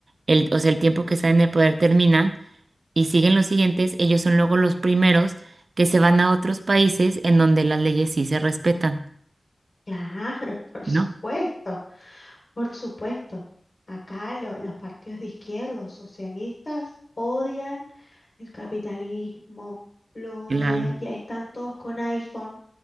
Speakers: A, on the right (about 70°); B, on the left (about 55°).
A: el, o sea, el tiempo que están en el poder terminan y siguen los siguientes, ellos son luego los primeros que se van a otros países en donde las leyes sí se respetan,
B: Claro, <laughs> por
A: ¿no?
B: supuesto. Por supuesto, acá lo- los partidos de izquierda, los socialistas, odian el capitalismo, lo odian,
A: Claro,
B: ya están todos con iPhone,